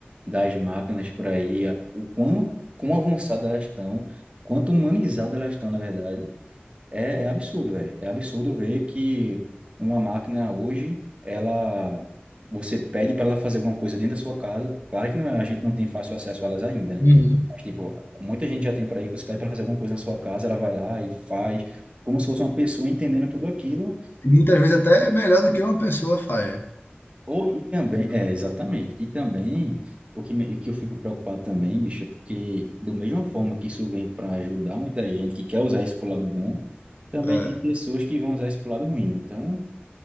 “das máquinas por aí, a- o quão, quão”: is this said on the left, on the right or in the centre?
Right